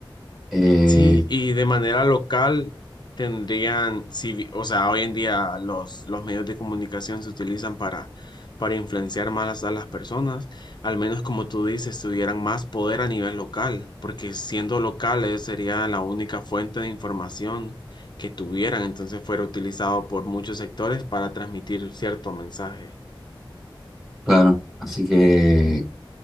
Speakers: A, in the centre; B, on the left.
A: Eh,
B: Sí, y de manera local tendrían, si vi- o sea, hoy en día los, los medios de comunicación se utilizan para, para influenciar más a las personas, al menos como tú dices, tuvieran más poder a nivel local, porque siendo locales sería la única fuente de información que tuvieran, entonces fuera utilizado por muchos sectores para transmitir cierto mensaje.
A: claro, así que